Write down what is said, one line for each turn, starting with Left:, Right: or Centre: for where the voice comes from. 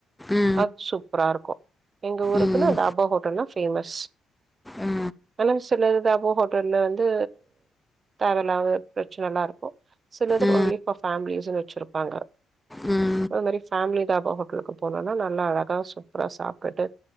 Centre: ஆ
Right: அது சூப்பரா இருக்கு எங்க ஊருக்குன்னு
Centre: ம்
Right: அது தாபா ஹோட்டல்ன ஃபேமஸ்
Centre: ஆ
Right: ஆனா சில இது தாபா ஹோட்டல்ல வந்து தேவ இலாத பிரச்சனைல்லா இருக்கு சிலது
Centre: ஆ
Right: ஒன்லி ஃபார் ஃபேமிலிஸ்ன்னு வச்சிருப்பாங்க
Centre: ம்
Right: அது மாரி ஃபேமிலி தாபா ஹோட்டலுக்கு போனம்னா நல்லா அழகா சூப்பரா சாப்ட்டுட்டு